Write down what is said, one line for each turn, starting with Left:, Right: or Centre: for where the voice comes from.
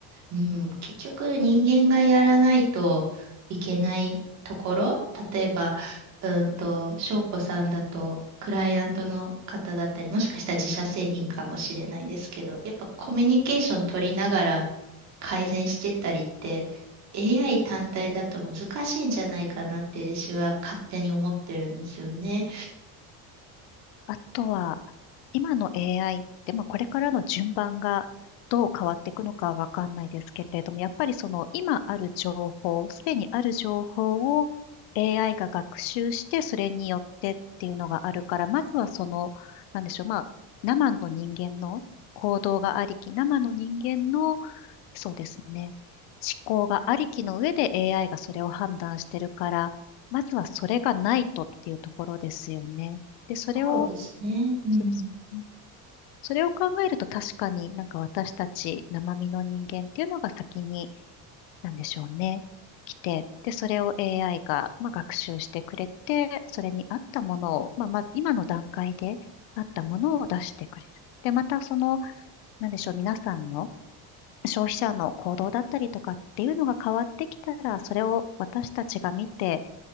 Right: うん、結局人間がやらないといけないところ、例えば、うんと、翔子さんだと、クライアントの方だったり、もしかしたら自社製品かもしれないですけど、やっぱコミュニケーション取りながら改善してったりって AI 単体だと難しいんじゃないかなって私は勝手に思ってるんですよね。
Left: あとは、今の AI って、まあ、これからの順番がどう変わっていくのかはわかんないですけれども、やっぱりその今ある情報、すでにある情報を AI が学習して、それによってっていうのがあるから、まずはその、なんでしょう、まあ、生の人間の行動がありき、生の人間の、そうですね、思考がありきの上で AI がそれを判断してるから、まずはそれがないとっていうところですよね。で、それを
Right: そうですね。うん。
Left: そうですよね。それを考えると確かになんか私たち生身の人間っていうのが先に、なんでしょうね、来て、で、それを AI が、まあ、学習してくれて、それに合ったものを、まあ、まず今の段階で合ったものを出してくれる。で、またその、なんでしょう、皆さんの消費者の行動だったりとかっていうのが変わってきたら、それを私たちが見て、